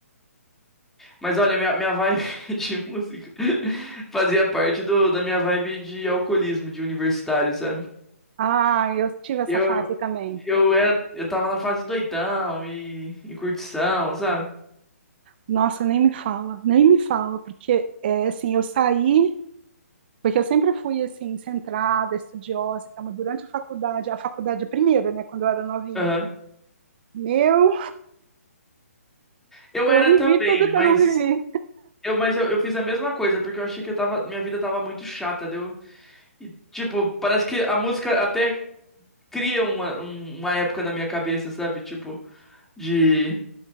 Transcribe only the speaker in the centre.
Mas olha, minha, minha vibe <laughs> de música <laughs> fazia parte do, da minha vibe de alcoolismo, de universitário, sabe?
Eu,
eu era, eu tava na fase doidão e, e curtição, sabe?
Aham.
Eu
era
também,
mas
eu, mas eu, eu fiz a mesma coisa, porque eu achei que eu tava, minha vida tava muito chata, deu? E, tipo, parece que a música até cria uma, um- uma época na minha cabeça, sabe? Tipo, de